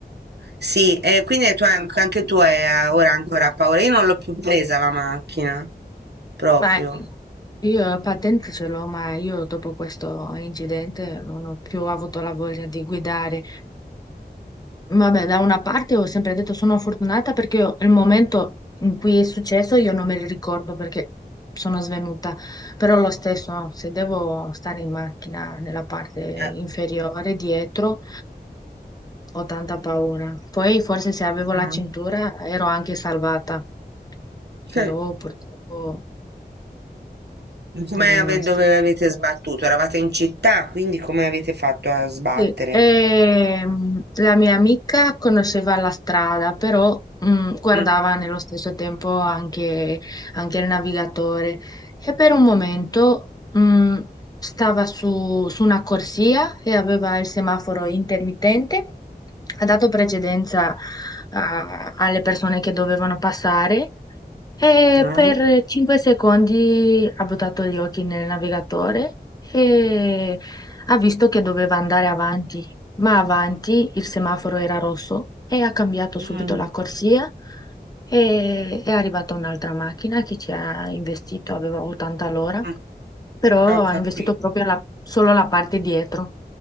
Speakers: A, on the right; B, on the left.
A: Sì, e quindi tu anche, anche tu hai eh, ora ancora paura. Io non l'ho più presa la macchina, proprio.
B: ma io la patente ce l'ho, ma io dopo questo incidente non ho più avuto la voglia di guidare. Vabbè, da una parte ho sempre detto sono fortunata perché io- il momento in cui è successo io non me li ricordo perché sono svenuta, però lo stesso, no, se devo stare in macchina nella parte inferiore,
A: Eh,
B: dietro, ho tanta paura. Poi forse se avevo la
A: mm.
B: cintura
A: <laughs>
B: ero anche salvata,
A: Sì.
B: però purtroppo
A: Come
B: non
A: ave-
B: è stato.
A: dove avete sbattuto? Eravate in città, quindi come avete fatto a sbattere?
B: Sì, ehm, la mia amica conosceva la strada, però mh, guardava
A: Mm.
B: nello stesso tempo anche, anche il navigatore e per un momento mh, stava su, su una corsia e aveva il semaforo intermittente, ha dato precedenza a- alle persone che dovevano passare e
A: Mm.
B: per 5 secondi ha buttato gli occhi nel navigatore. E ha visto che doveva andare avanti, ma avanti il semaforo era rosso e ha cambiato
A: Mm,
B: subito la corsia e è arrivata un'altra macchina che ci ha investito, aveva 80 all'ora,
A: mm,
B: però
A: ho
B: ha
A: capito.
B: investito proprio la- solo la parte dietro,